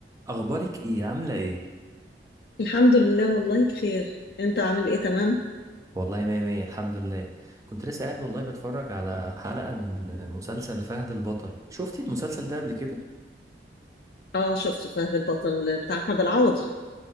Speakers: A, on the right; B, on the left.
A: اخبارك ايه عامله ايه
B: الحمد لله والله بخير انت عامل ايه تمام
A: والله مية مية الحمد لله كنت لسه قاعد والله بتفرج على حلقه من مسلسل فهد البطل شفتي المسلسل ده قبل كده
B: اه شفت فهد البطل بتاع احمد العوضي